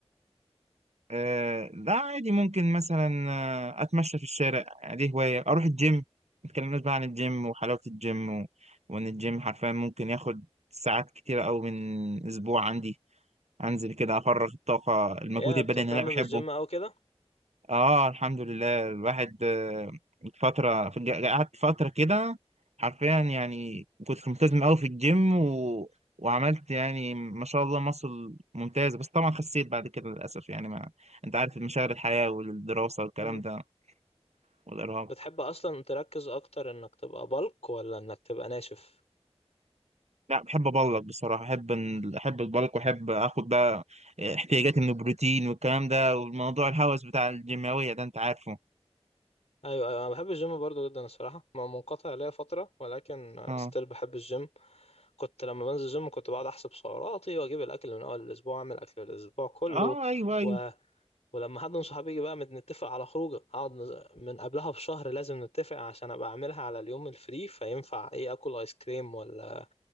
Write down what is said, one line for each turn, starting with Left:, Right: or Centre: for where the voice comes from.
Right: آه لا عادي ممكن مثلا آه، اتمشى في الشارع دي هوايه اروح الجيم ما اتكلمناش بقى عن الجيم وحلاوه الجيم و... وان الجيم حرفيا ممكن ياخد ساعات كتيره قوي من اسبوع عندي انزل كده افرغ الطاقه المجهود
Left: يا
Right: البدني
Left: بتهتم
Right: اللي انا بحبه
Left: بالجيم او كده
Right: اه الحمد لله الواحد آه، فترة في الج- قعدت فترة كده حرفيا يعني كنت ملتزم قوي في الجيم و... وعملت يعني ما شاء الله مصل ممتاز بس طبعا خسيت بعد كده للأسف يعني ما انت عارف مشاغل الحياة والدراسة والكلام
Left: مم.
Right: ده والإرهاق
Left: بتحب اصلا تركز اكتر انك تبقى بلك ولا انك تبقى ناشف
Right: لا بحب أبلك بصراحة أحب إن- أحب البلك وأحب آخد بقى احتياجاتي من البروتين والكلام ده والموضوع الهوس بتاع الجيماوية ده أنت عارفه
Left: ايوه ايوه انا بحب الجيم برضو جدا الصراحه ما منقطع ليا فتره ولكن
Right: اه
Left: ستيل بحب الجيم كنت لما بنزل الجيم كنت بقعد احسب سعراتي واجيب الاكل من اول الاسبوع اعمل اكل الاسبوع كله
Right: اه ايوه ايوه
Left: و... ولما حد من صحابي يجي بقى نتفق على خروجه اقعد نز- من قبلها بشهر لازم نتفق عشان ابقى اعملها على اليوم الفري فينفع ايه اكل ايس كريم ولا